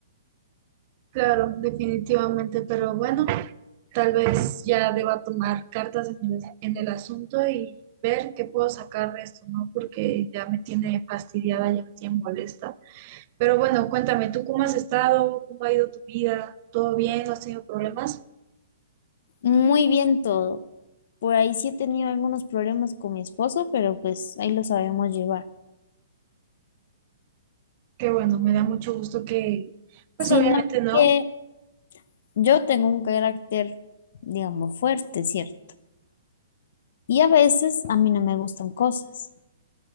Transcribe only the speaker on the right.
Claro, definitivamente, pero bueno, Tal vez ya deba tomar cartas en el, en el asunto y ver qué puedo sacar de esto, ¿no? Porque ya me tiene fastidiada, ya me tiene molesta. Pero bueno, cuéntame, ¿tú cómo has estado? ¿Cómo ha ido tu vida? ¿Todo bien? ¿No has tenido problemas?
Que bueno, me da mucho gusto que, pues
obviamente no.